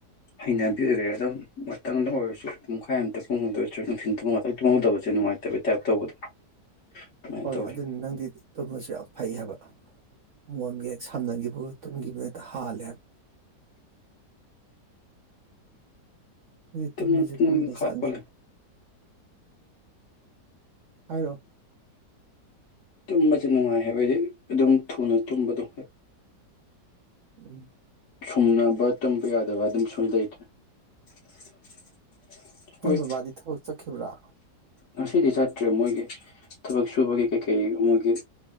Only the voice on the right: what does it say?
ꯍꯣꯏ
ꯑꯗꯨꯅꯤ ꯅꯪꯗꯤ ꯇꯨꯝꯝꯕꯁꯨ ꯌꯥꯝ ꯐꯩ ꯍꯥꯏꯕ ꯃꯣꯟꯒꯤ ꯍꯦꯛ ꯁꯝꯅꯈꯤꯕ ꯇꯨꯝꯈꯤꯕꯅꯦꯠꯇ ꯍꯥꯜꯂꯦꯕ ꯑꯩꯇ
ꯃꯁꯦ
ꯀꯏꯅ
ꯆꯥꯡꯒꯦ ꯍꯥꯏꯔꯣ
ꯎꯝ
ꯅ
ꯕꯥꯗꯤ ꯊ ꯍ ꯎꯆ ꯆ ꯈꯦꯕ꯭ꯔꯥ